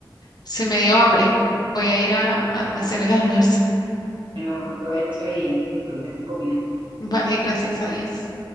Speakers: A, on the left; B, on the right.
A: Se me dio hambre. Voy a ir a, a hacer el almuerzo.
B: Bueno, buen provecho y que disfrutes tu comida.
A: <laughs> Vale, gracias a Dios.